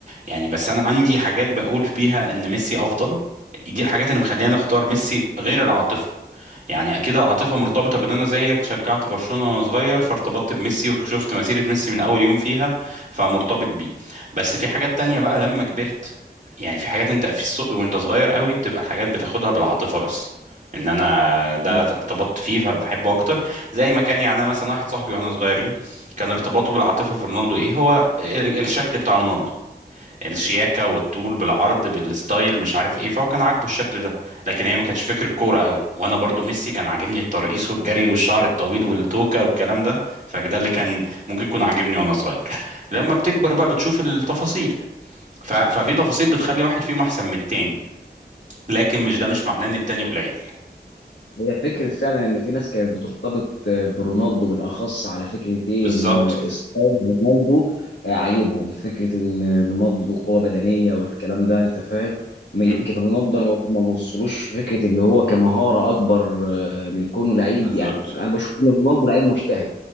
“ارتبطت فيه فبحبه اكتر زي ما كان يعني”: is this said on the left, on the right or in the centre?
Right